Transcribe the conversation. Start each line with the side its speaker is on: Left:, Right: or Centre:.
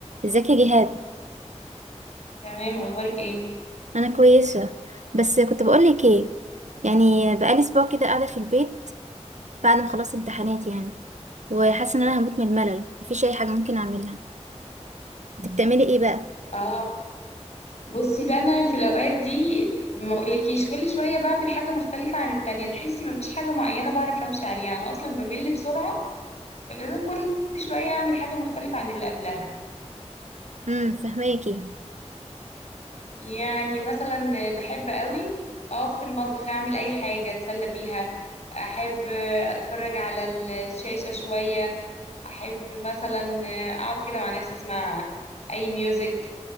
Right: ازيك يا جهاد
Left: تمام اخبارك ايه
Right: انا كويسه بس كنت بقول لك ايه يعني بقالي اسبوع كده قاعده في البيت بعد ما خلصت امتحانات يعني وحاسه ان انا هموت من الملل مفيش اي حاجه ممكن اعملها انت بتعملي ايه بقى
Left: اه بصي بقى انا في الاوقات دي ما اقولكيش كل شويه بعمل حاجه مختلفه عن التانية تحسي مفيش حاجه معينه بعرف امشي عليها انا اصلا بمل بسرعه فلازم كل شويه اعمل حاجه مختلفه عن اللي قبلها
Right: امم فهماكي
Left: يعني مثلا بحب قوي اقف في المطبخ اعمل اي حاجه اتسلى بيها احب اتفرج على الشاشه شويه احب مثلا اقعد كده مع نفسي اسمع اي ميوزك